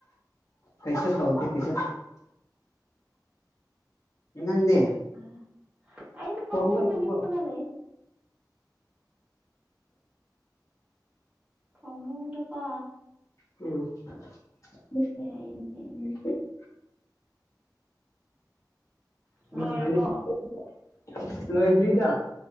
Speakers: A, on the left; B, on the right.
A: ꯀꯩꯁꯨ ꯇꯧꯗꯦ ꯀꯩꯁꯨ ꯅꯪꯗꯤ
B: ꯑ ꯑꯩ ꯐꯝꯃꯨꯡꯗ
A: ꯊꯣꯡꯕ ꯂꯣꯏꯔꯕꯣ
B: ꯍꯤꯞꯄꯒ ꯂꯩ ꯐꯝꯕꯨꯡꯗꯀꯣ
A: ꯎꯝ
B: ꯑꯩꯗꯤ
A: <unintelligible>
B: ꯂꯣꯏꯔꯕꯣ
A: ꯂꯣꯏꯗ꯭ꯔꯤꯕ